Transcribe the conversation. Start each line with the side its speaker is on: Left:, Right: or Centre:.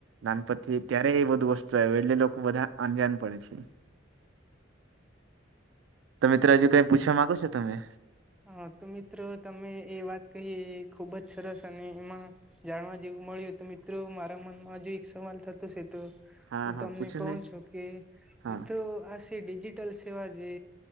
Right: નાનપણથી ત્યારે એ બધું વસ્તુ આયવુ એટલે લોકો બધા અજાન પડે છે. તો મિત્ર હજુ કઈ પૂછવા માંગો છો તમે?
Centre: હા તો મિત્રો તમે એ વાત કહીએ ખુબ જ સરસ અને એમાં જાણવા જેવું મળ્યું તો મિત્રો મારા મનમાં હજુ એક સવાલ થ- થતો છે તો
Right: હા
Centre: હું
Right: હા
Centre: તમને
Right: પૂછો
Centre: કહું
Right: ને
Centre: છું કે
Right: હા
Centre: મિત્રો આ એ ડિજિટલ સેવા જે